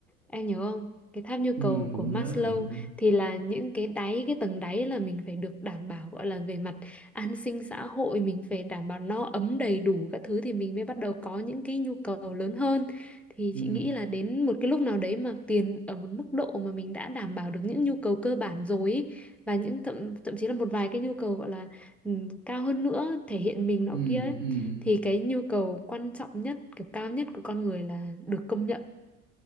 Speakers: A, in the centre; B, on the right (about 45°).
A: em nhớ không cái tháp nhu
B: ừ,
A: cầu
B: cũng
A: của Maslow
B: nhớ cũng nhớ
A: thì là những cái đáy cái tầng đáy là mình phải được đảm bảo gọi là về mặt an sinh xã hội mình phải đảm bảo no ấm đầy đủ các thứ thì mình mới bắt đầu có những cái nhu cầu lớn hơn thì
B: ừ,
A: chị nghĩ là đến một cái lúc nào đấy mà tiền ở một mức độ mà mình đã đảm bảo được những nhu cầu cơ bản rồi ấy, và những thậm thậm chí là một vài cái nhu cầu gọi là ừm, cao hơn nữa thể hiện mình nọ
B: ừ,
A: kia ấy
B: ừ,
A: thì cái nhu cầu quan trọng nhất cái cao nhất của con người là được công nhận